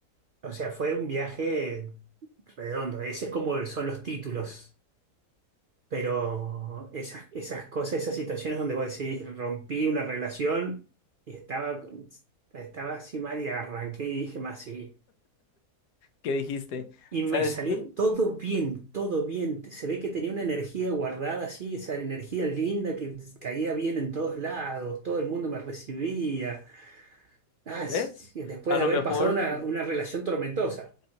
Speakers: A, on the right (about 65°); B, on the left (about 80°).
A: O sea, fue un viaje redondo. Ese es como son los títulos. Pero esas, esas cosas, esas situaciones donde vos decís, rompí una relación y estaba, estaba así mal y arranqué y dije más sí.
B: que dijiste,
A: Y
B: ¿sabes
A: me salió
B: qué?
A: todo bien, todo bien. Se ve que tenía una energía guardada así, esa energía linda que caía bien en todos lados, todo el mundo me recibía. Ah,
B: ¿Ves?
A: sí, sí, después
B: A
A: de
B: lo
A: haber
B: mejor,
A: pasado una, una relación tormentosa.